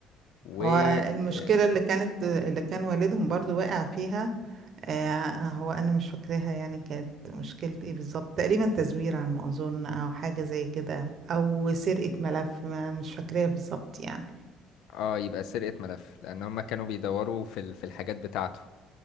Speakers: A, on the left; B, on the right.
A: و
B: هو المشكلة
A: اه
B: اللي كانت اللي كان والدهم برضو واقع فيها آه هو أنا مش فاكراها يعني كانت مشكلة ايه بالظبط تقريبا تزوير على ما أظن أو حاجة زي كده أو سرقة ملف ما مش فاكراها بالظبط يعني
A: آه، يبقى سرقه ملف لان هم كانوا بيدوروا في ال- في الحاجات بتاعته